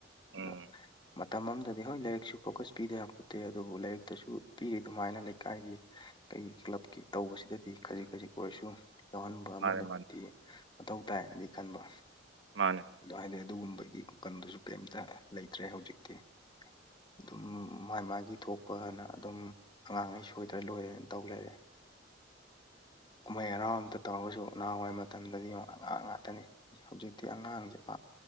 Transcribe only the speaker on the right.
ꯎꯝ
ꯃꯥꯅꯦ ꯃꯥꯅꯦ
ꯃꯥꯅꯦ